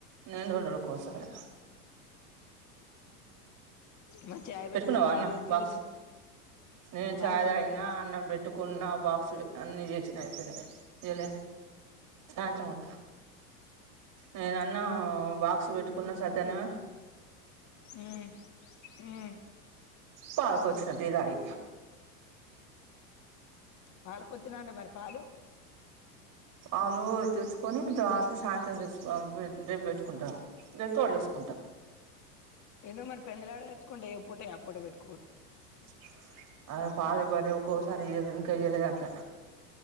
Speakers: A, on the right; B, on the left.
A: నేంటండడు ఓకో సారీ
B: మా చాయ్
A: పెట్టుకున్నావా
B: పెట్టుకొని తాగి
A: అన్నం
B: వచ్చేది
A: బాక్స్
B: ఇప్పుడు
A: నేను చాయ
B: బాక్స్
A: తాగిన
B: పెట్టినా
A: అన్నం పెట్టుకు కున్నా బాక్స్ అన్ని చేసినా అయిపోయినాయి ఎళ సాయంత్రం పోతా నేన అన్న బాక్స్ పెట్టుకున్నా సధ్యనే
B: మ్మ్ మ్మ్
A: పాలకి వచ్చిన టీ తాగి
B: పాలకి వచ్చిన అంటే మరి పాలు
A: ఆలు తెచ్చుకొని తర్వాత సాయంత్రం తెసుడేబ పెట్టుకుంటా లేే తోడ వేసుకు కుంట
B: ఏదో మరి పెందలాడ వచ్చుకుంటే ఏ పూట ఆ పూట పెట్ట
A: <inaudible> ఆ పాల బర్రె ఒక్కోకసారి ఇయ్యదు ఇంకా ఇయ్యలేదంట.